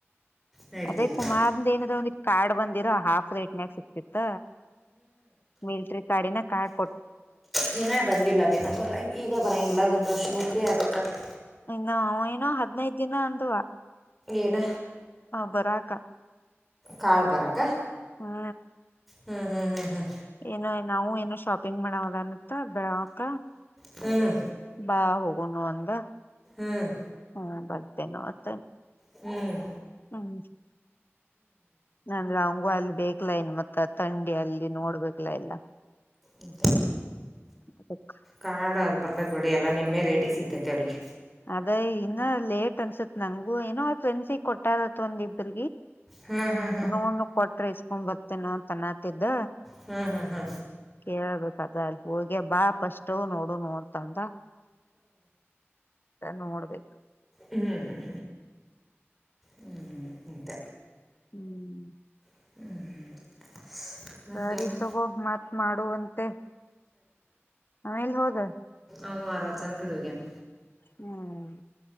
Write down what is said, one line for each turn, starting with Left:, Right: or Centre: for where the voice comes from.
Centre: ನಡಿತೈತಿ
Left: ಅದೇ ಕುಮಾರ್ದೆನವಂದೆ ಕಾರ್ಡ್ ಬಂದ್ ಇದಿರೋ ಹಾಫ್ ರೇಟ್ನಗ್ ಸಿಕಿತ್. ದ ಮಿಲ್ಟ್ರಿ ಕಾರ್ಡಿನ. ಕಾಡ್
Centre: ದಿನ ಬಂದಿಲ್ಲ ದಿನ ಬರಂಗ್ ಈಗ ಬರಂಗಿಲ್ಲ ಒಂದ್ ವರ್ಷ ನೌಕ್ರಿ ಆಗುತ್ ತ್ತ.
Left: ಇನ್ನೊ ಅವ ಏನೋ ಹದ್ನೈದ್ ದಿನ ಅಂದ್ವಾ.
Centre: ಏನ.
Left: ಹಾ ಬರಕ.
Centre: ಕಾರ್ಡ್ ಬರಕ.
Left: ಹಾ
Centre: ಹ್ಮ್ ಹ್ಮ್ ಹ್ಮ್ ಹ್ಮ್.
Left: ಏನೋ ನಾವು ಏನೋ ಶಾಪಿಂಗ್ ಮಾಡವಗಲ್ ತ ಬೆಳಕ
Centre: ಹ್ಮ್
Left: ಬಾ ಹೋಗ್ ಒನ್ ಒಂದ.
Centre: ಹ್ಮ್
Left: ಹಾ ಬರ್ತೇನೆ ಮತ್ತ
Centre: ಹ್ಮ್
Left: ಹ್ಮ್ ನಂದ್ರೆ ಅವಂಗೂ ಅಲ್ಲಿ ಬೇಕ ೈನ್ ಮತ್ತ ಂಡಿ ಅಲ್ಲಿ ನೋಡ್ಬೇಕಲ ಎಲ್ಲ
Centre: ಹ್ಮ್
Left: ಅದಕ್
Centre: ಕಾಡ ಅದ ಬರ್ತ ಬಿಡಿ ಎಲ್ಲ ನಿಮ್ಮೆ ರೇಟಿ ಸಿಗ್ತೈತೆ ಅವ್ರಿಗೆ
Left: ಅದ ಇನ್ನ ಲೇಟ್ ಅನ್ಸತ್ ನಂಗಗು ಏೋ ಆ ಫ್ರೆಂಡ್ಸಗ್ ಕೊಟ್ಟಾರತ್ ಒಂದ ಇಬ್ಬ್ರ
Centre: ಹ್ಮ್ ಹ್ಮ್
Left: ನೋ ಕೊಟ್ರೆ ಒಂಬತ್ತ ನೋ ತನ್ನತಿದ್ದ
Centre: ಹ್ಮ್ ಹ್ಮ್ ಹಾ
Left: ಕೇಳಬೇಕ ಅದ ಅಲ್ಲಿ ಹೋಗಿ ಬಾ ಸ್ ನೋಡು ನೋಡ್ತಂದ ನೋಡ್ಬೇಕು
Centre: ಹ್ಮ್ ಹ್ಮ್ ಹ್ಮ್ ಹ ಇಂತ
Left: ಹ್ಮ್
Centre: <unintelligible> ಮತ್ತೇನ
Left: ಸರಿ ತಗೋ ಮತ್ತ್ ಮಾಡುವಂತೆ ಆವೆಲ್ ಹೋದ.
Centre: ಅವ್ ಮಾರಾಚನ್ ಕಡೆ ಹೊಗ್ಯನ.
Left: ಹ್ಮ್